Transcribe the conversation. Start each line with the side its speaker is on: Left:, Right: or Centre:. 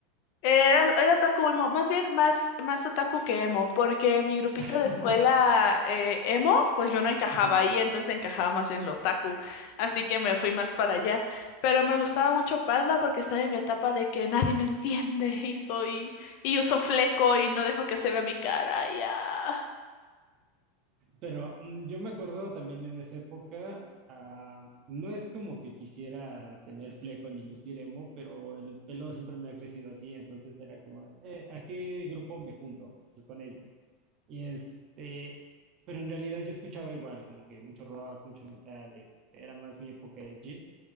Left: Era, era otaku emo, más bien más, más otaku que emo, porque mi grupito
Right: <laughs>
Left: de escuela eh, emo, pues yo no encajaba
Right: Ujú.
Left: ahí, entonces encajaba más bien lo otaku, así que me fui más para allá. Pero me gustaba mucho Panda porque estaba en mi etapa de que nadie me entiende y soy, y uso fleco y no dejo que se vea mi cara, y ah.
Right: Pero mm, yo me acuerdo también en esa época, ah, no es como que quisiera tener fleco ni lucir emo, pero el pelo siempre me ha crecido así, entonces era como, de, "Eh, ¿a qué grupo me junto? Pues con ellos. Y este, pero en realidad yo escuchaba igual, como que mucho rock, mucho metal, este, era más mi época edgy.